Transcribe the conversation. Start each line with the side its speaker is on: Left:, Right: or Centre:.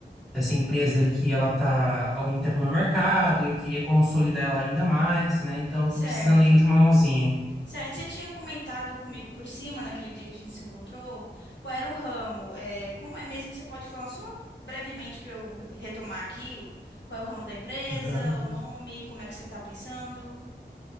Centre: Essa empresa aqui, ela está há algum tempo no mercado e eu queria consolidar ela ainda mais, né? Então, eu
Left: Certo.
Centre: estou precisando aí de uma mãozinha.
Left: Certo, você tinha comentado comigo por cima, naquele dia que a gente se encontrou, qual era o ramo. É, como é mesmo, você pode falar só brevemente para eu retomar aqui, o- qual é o ramo da empresa,
Centre: Aham.
Left: o nome, como é que você está pensando?